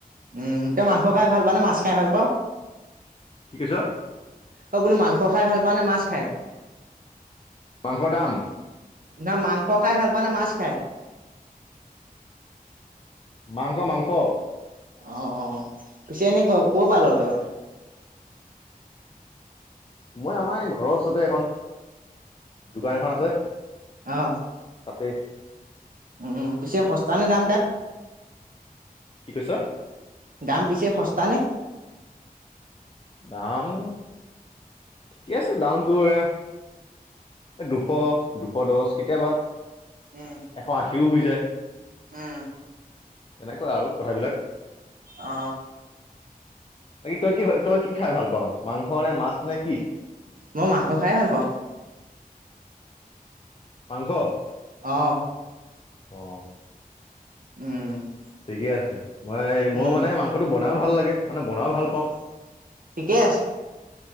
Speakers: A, on the right; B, on the left.
A: উম, তই মাংস খাই ভাল পাৱ নে মাছ খাই ভাল পাৱ?
B: কি কৈছ?
A: অ বোলো মাংস খাই ভাল পাওঁ নে মাছ খাই?
B: মাংস দাম।
A: না মাংস খাই ভাল পাওঁ নে মাছ খাই?
B: মাংস মাংস।
A: অ অ পিছে এনে ক ক পা ল তই?
B: মই আমাৰ এই ঘৰৰ ওচৰতে এখন দোকান এখন আছে।
A: অহ।
B: তাতে
A: উম পিছে সস্তা নে দাম তাত?
B: কি কৈছ?
A: দাম পিছে সস্তা নে?
B: দাম ঠিকে আছে দাম তোৰ এ এ দুশ দুশ দহ কেতিয়াবা
A: উম
B: এশ আশীও হৈ যায়।
A: উম
B: এনেকুৱা আৰু কথাবিলাক।
A: অ।
B: বাকী তই কি তই কি খাই ভাল পাওঁ মাংস নে মাছ নে কি?
A: মই মাংস খাই ভাল পাওঁ।
B: মাংখ
A: অ।
B: অ।
A: উম।
B: ঠিকে আছে মই মই
A: উম
B: মানে মাংসটো বনাইয়ো ভাল লাগে মানে বনাই ভাল পাওঁ।
A: ঠিকেই আছে।